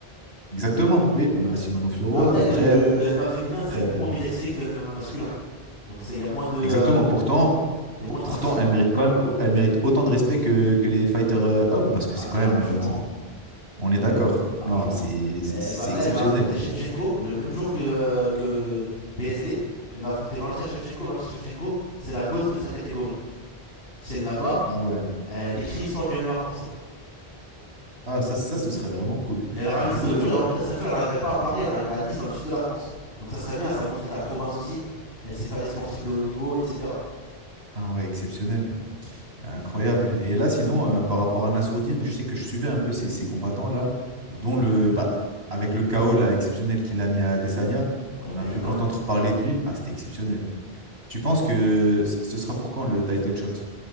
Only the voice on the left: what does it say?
Ouais.
Après,
le, le, le MMA féminin, c'est
beaucoup moins médiatisé que le MMA masculin. Donc, ça, il y a moins de, euh,
y a moins
de traction.
Ah,
mais
largement,
largement.
Euh,
Elle va, là,
elle va affronter Shevchenko le même jour que, euh, que BSD. Elle va affronter Valentina Shevchenko. Valentina Shevchenko, c'est la gote de sa catégorie. Si elle la bat,
elle écrit l'histoire du MMA français.
Mais...
Et elle ramène
une ceinture,
et
en plus, la ceinture, elle arriverait pas à Paris, elle arriverait à Nice, dans le sud de la France. Donc ça serait bien, ça montrait que la province aussi, elle sait faire des sportifs de haut niveau, etc.
Bon, il
l'a
éteint.
hein.